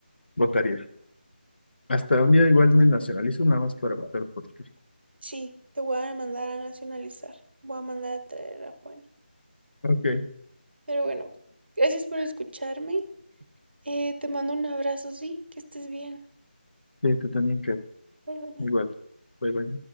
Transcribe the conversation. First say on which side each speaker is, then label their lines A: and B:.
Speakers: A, on the left; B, on the right.
A: votaría. Hasta un día igual me nacionalizo nada más para votar por ti.
B: Sí, te voy a mandar a nacionalizar, voy a mandar a traer a Juani.
A: Ok.
B: Pero bueno, gracias por escucharme. eh, te mando un abrazo, sí, que estés bien.
A: Sí, tú también, Kat.
B: Bye, Juani.
A: Igual. Bye, bye.